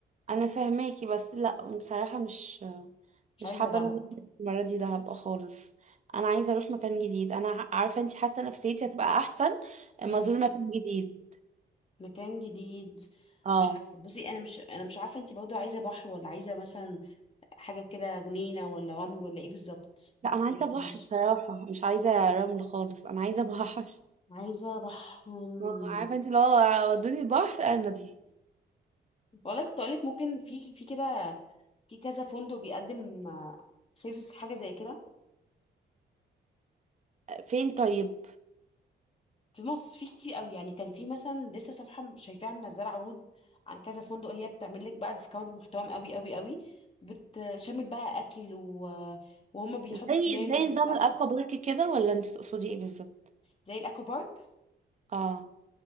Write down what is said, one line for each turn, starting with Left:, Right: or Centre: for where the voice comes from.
Right: انا فاهماكي بس لا بصراحة مش
Left: مش
Right: مش
Left: عايزه
Right: حابة
Left: ده
Right: ان انا أروح المرة دي دهب خالص انا عايزة اروح مكان جديد انا ع- عارفة انتي حاسة نفسيتي هتبقى احسن اما
Left: مم.
Right: ازور مكان جديد
Left: مكان جديد
Right: اه
Left: مش عارفه بصي انا مش انا مش عارفه انت برضه عايزه بحر ولا عايزه مثلا حاجه كده جنينه ولا رمل ولا ايه بالظبط
Right: لا انا عايزة
Left: ما قلتليش
Right: بحر بصراحة مش عايزة رمل خالص انا عايزة <laughs> بحر
Left: عايزة بح مم.
Right: آه، عارفة انتي لو ودوني البحر انا دي
Left: والله كنت أقولك ممكن في في كده في كذا فندق بيقدم سيرفيس حاجة زي كده
Right: فين طيب
Left: في مصر في كتير قوي يعني كان في مثلا لسه صفحة شايفاها منزلة عروض عن كذا فندق هي بتعمل لك بقى ديسكاونت محترم قوي قوي قوي بتشمل بقى أكل و... وهم بيحطوا
Right: زي
Left: بلان
Right: زي نظام
Left: بتاعتك
Right: الاكوا بارك كده ولا انت تقصدي ايه بالظبط
Left: زي الأكوا بارك
Right: اه